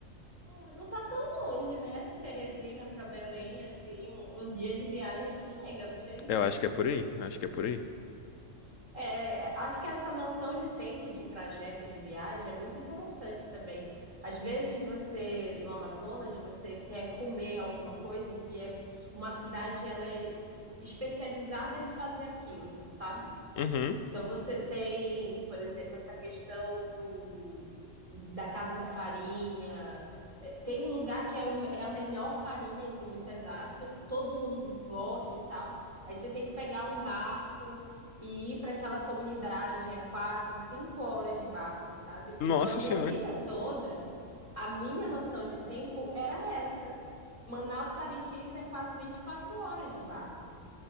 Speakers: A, on the right; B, on the left.
A: É, Não tá tão longe, né? Teresina pra Belém, assim, um, um dia de viagem acho que chega, não chega?
B: Eu acho que é por aí, eu acho que é por aí.
A: É, acho que essa noção de tempo de trajeto de viagem é muito interessante também. Às vezes você, no Amazonas, você quer comer alguma coisa que é uma cidade, ela é especializada em fazer aquilo, sabe?
B: Uhum.
A: Então você tem, por exemplo, essa questão do, da Casa da Farinha. É, Tem um lugar que é, o- é a melhor farinha, entre muitas aspas, que todo mundo gosta e tal. Aí você tem que pegar um barco e ir para aquela comunidade, é quatro, cinco horas de barco, sabe?
B: Nossa
A: Então a minha
B: senhora.
A: vida toda, a minha noção de tempo era essa. Manaus Parintins é quase 24 horas de barco.